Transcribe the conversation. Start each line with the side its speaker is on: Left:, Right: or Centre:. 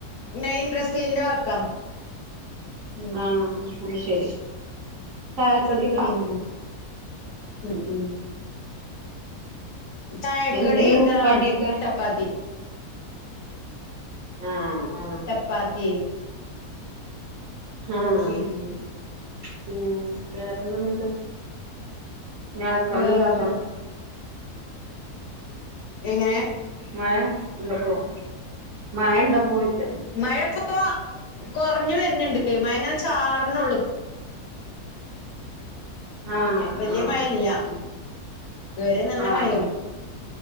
Left: മൈയിൻ ഡ്രസീലിന്റെ വർക്കാ ഉം
Right: ആഹ് അത് ശരി ശരി ചായക്കടി
Left: ഉം ഉം ഉം ചയക്കടി
Right: എന്തേനു
Left: എന്ത
Right: കടിയൊക്കെ
Left: ചപ്പാത്തി
Right: ആഹ്ആഹ്
Left: ചപ്പാത്തി
Right: ആഹ്
Left: പിന്നെ
Right: പിന്നെ വേറെന്താന്നിട്ട് ഇഞ്ഞ് അലക്കാനുംതാക്കനും.
Left: വേറെ എങ്ങനെ
Right: മഴ ഉണ്ടപ്പോ മഴ ഇണ്ടപ്പോന്ന് ചോയ്ച്ച
Left: മഴ ഇപ്പോ കൊറഞ്ഞു വര്ന്ന്ണ്ട് മഴ ഇങ്ങനെ ചാറ്ണൊള്ളു
Right: ആഹ്
Left: വല്യയ
Right: ആഹ്
Left: മഴല്ല ഇതുവരെ നല്ല
Right: ആഹ്
Left: മഴ ആയിരുന്നു